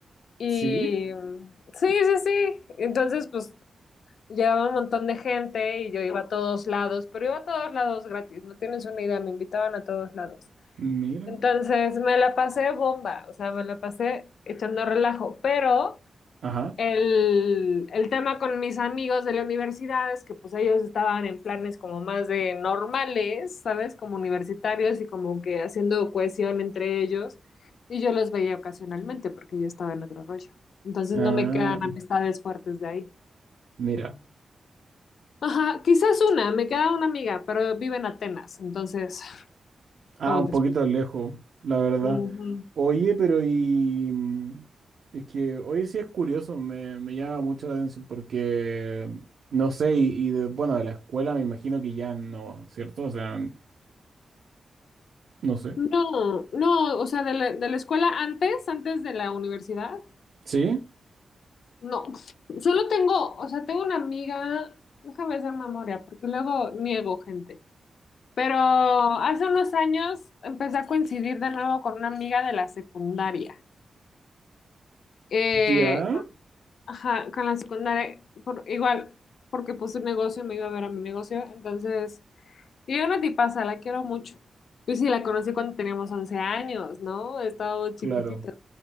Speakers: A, on the left; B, on the right.
A: Y
B: Sí,
A: mm, sí, sí, sí. Entonces, pues Llegaba un montón de gente y yo iba a todos lados, pero iba a todos lados gratis, no tienes una idea, me invitaban a todos lados.
B: mira.
A: Entonces me la pasé bomba, o sea, me la pasé echando relajo, pero
B: Ajá.
A: el, el tema con mis amigos de la universidad es que pues ellos estaban en planes como más de normales, ¿sabes? Como universitarios y como que haciendo cohesión entre ellos, y yo los veía ocasionalmente porque yo estaba en otro rollo. Entonces
B: Ah,
A: no me quedan amistades fuertes de ahí.
B: mira.
A: Ajá, quizás una, me queda una amiga, pero vive en Atenas, entonces,
B: Ah,
A: ¿cómo
B: un
A: te
B: poquito
A: explico?
B: lejos, la verdad.
A: Ujú.
B: Oye, pero y... mm, Es que hoy sí es curioso, me, me llama mucho la atención porque, no sé, y, y de, bueno, de la escuela me imagino que ya no, ¿cierto? O sea, no sé.
A: No, no, o sea, de la, de la escuela antes, antes de la universidad,
B: ¿Sí?
A: no. Solo tengo, o sea, tengo una amiga, déjame hacer memoria, porque luego niego gente. Pero hace unos años empecé a coincidir de nuevo con una amiga de la secundaria. Eh,
B: ¿Ya?
A: ajá, con la secundaria, por, igual, porque puse un negocio, me iba a ver a mi negocio, entonces... Y yo una tipaza, la quiero mucho. Yo sí la conocí cuando teníamos 11 años, ¿no? Estaba
B: Claro.
A: chiquitita.